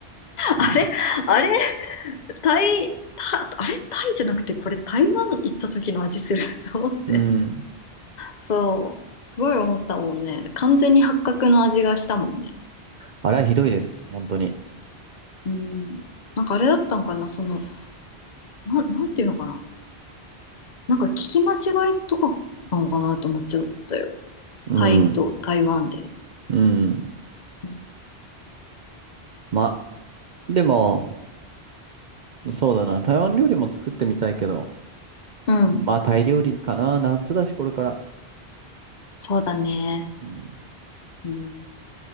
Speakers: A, on the right; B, on the left.
A: うん。
B: あれ、あれ、タイ、タ、あれ、タイじゃなくて、これ台湾行った時の味するぞって。
A: うん。
B: そう。すごい思ったもんね。完全に八角の味がしたもんね。
A: あれはひどいです。本当に。
B: うん。なんかあれだったのかな、その、な、なんていうのかな。なんか聞き間違いとかなのかなって思っちゃったよ。
A: うん。
B: タイと台湾で。
A: うん。
B: うん。
A: ま、でも、そうだな。台湾料理も作ってみたいけど、
B: うん
A: まあタイ料理かな。夏だし、これから。
B: そうだね。
A: うん。
B: うん。